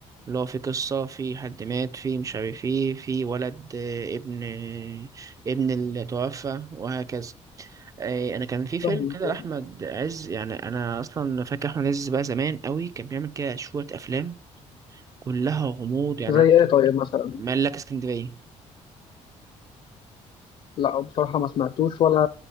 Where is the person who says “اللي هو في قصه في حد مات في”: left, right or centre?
Right